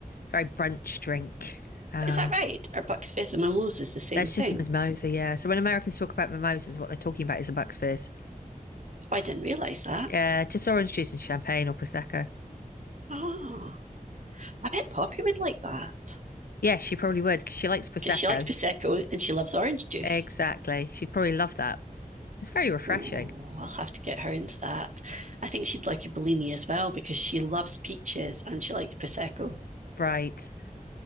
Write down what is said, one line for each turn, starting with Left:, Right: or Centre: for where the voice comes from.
Left: very brunch drink. Um,
Right: Is that right? Are Bucks Fizz and mimosas the same
Left: that's
Right: thing?
Left: just a mimosa, yeah. So when Americans talk about mimosas, what they're talking about is a Bucks Fizz.
Right: Oh, I didn't realise that.
Left: Yeah, just orange juice and champagne or prosecco.
Right: Oh, I bet Poppy would like that
Left: Yeah, she probably would because she likes prosecco.
Right: because she likes prosecco and she loves orange juice.
Left: Exactly, she'd probably love that. It's very refreshing,
Right: Oh, I'll have to get her into that. I think she'd like a Bellini as well because she loves peaches and she likes prosecco.
Left: right?